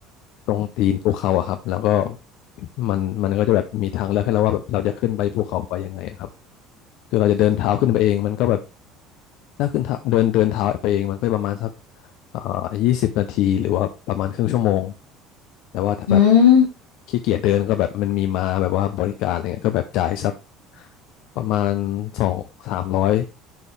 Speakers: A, on the left; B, on the left.
A: ตรงตีนภูเขาอะครับแล้วก็มันมันก็จะแบบมีทางเลือกให้เราว่าแบบเราจะขึ้นไปภูเขาไฟยังไงอะครับคือเราจะเดินเท้าขึ้นไปเองมันก็แบบ ถ้าขึ้นเท้าเดินเดินเท้าไปเองมันก็ประมาณสักเอ่อยี่สิบนาทีหรือว่าประมาณครึ่งชั่วโมง แต่ว่าถ้าแบบ
B: อืม
A: ขี้เกียจเดินก็แบบมันมีมาแบบว่าบริการอะไรเงี้ยก็แบบจ่ายสักประมาณสองสามร้อย